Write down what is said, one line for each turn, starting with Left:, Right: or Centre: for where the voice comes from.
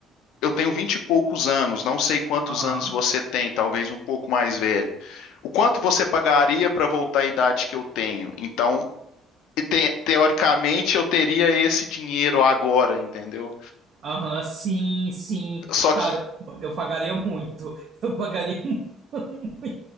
Left: eu tenho vinte e poucos anos, não sei quantos
Right: Aham.
Left: anos você tem, talvez um pouco mais velho. O quanto você pagaria para voltar à idade que eu tenho? Então, te- teoricamente, eu teria esse dinheiro agora, entendeu?
Right: Aham, sim, sim.
Left: Só
Right: Cara,
Left: que,
Right: eu pagaria muito. Eu pagaria <laughs> muito,